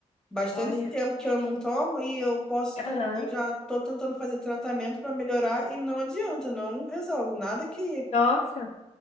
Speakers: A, in the centre; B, on the left.
A: bastante
B: olha.
A: tempo que eu não tomo e eu posso
B: Aham,
A: tomar, eu já tô tentando fazer tratamento para melhorar e não adianta, não resolve nada que
B: Nossa.